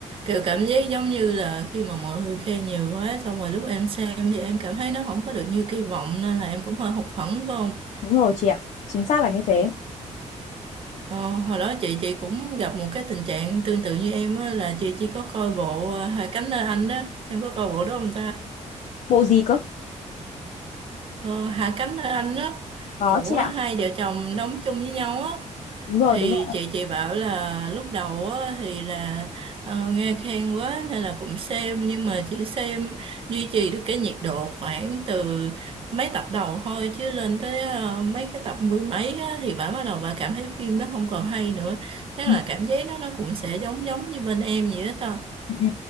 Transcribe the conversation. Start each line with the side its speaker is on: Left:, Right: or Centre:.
Right: kiểu cảm giác giống như là khi mà mọi người khen nhiều quá xong rồi lúc em xem thì em cảm thấy nó không có được như kỳ vọng nên là em cũng hơi hụt hẫng phải không?
Left: Đúng rồi chị ạ, chính xác là như thế.
Right: Ờ, hồi đó chị chị cũng gặp một cái tình trạng tương tự như em á, là chị chỉ có coi bộ à, Hạ cánh nơi Anh đó em có coi bộ đó không ta?
Left: bộ gì cơ
Right: Ờ, Hạ cánh nơi Anh đó
Left: Có
Right: của
Left: chị
Right: hai
Left: ạ,
Right: vợ chồng đóng chung với nhau á
Left: đúng rồi,
Right: thì
Left: đúng rồi.
Right: chị chị bảo là lúc đầu á, thì là ờ, nghe khen quá nên là cũng xem nhưng mà chỉ xem duy trì được cái nhiệt độ khoảng từ mấy tập đầu thôi chứ lên tới ờ, mấy cái tập mười mấy á, thì bà bắt đầu bà cảm thấy phim nó không còn hay nữa chắc
Left: Ừ,
Right: là cảm giác nó nó cũng sẽ giống giống như bên em vậy đó
Left: ừ, ừ.